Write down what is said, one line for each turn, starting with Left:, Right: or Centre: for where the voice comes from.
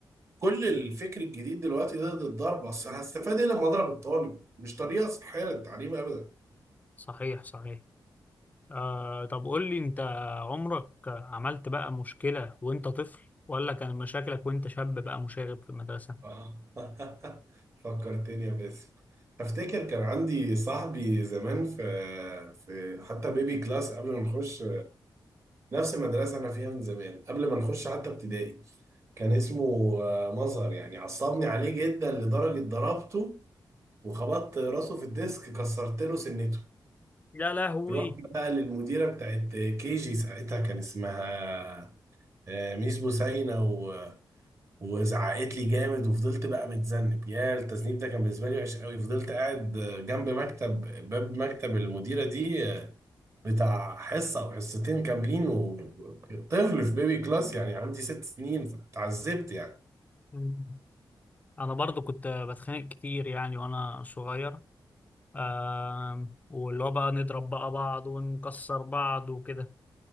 Right: كل الفكر الجديد دلوقتي ده ضد الضرب اصل هستفاد ايه لما اضرب الطالب مش طريقه صحيه للتعليم ابدا
Left: صحيح صحيح آه طب قول لي انت عمرك عملت بقى مشكلة وانت طفل ولا كان مشاكلك وانت شاب بقى مشاغب في المدرسة
Right: آه. <laughs> فكرتني يا باسم افتكر كان عندي صاحبي زمان في في حتى بيبي كلاس قبل ما نخش نفس المدرسه انا فيها من زمان قبل ما نخش حتى ابتدائي كان اسمه آه، مظهر يعني عصبني عليه جدا لدرجه ضربته وخبطت راسه في الديسك كسرت له سنته
Left: يا لهوي
Right: رحت بقى للمديره بتاعت كي جي ساعتها كان اسمها آه، ميس بوسينا و... وزعقت لي جامد وفضلت بقى متذنب يا التذنيب ده كان بالنسبه لي وحش قوي فضلت قاعد آه، جنب مكتب باب مكتب المديره دي آه، بتاع حصه او حصتين كاملين وطفل في بيبي كلاس يعني عندي ست سنين فتعذبت يعني
Left: مم. انا برضو كنت بتخانق كتير يعني وانا صغير آم، واللي هو بقى نضرب بقى بعض ونكسر بعض وكده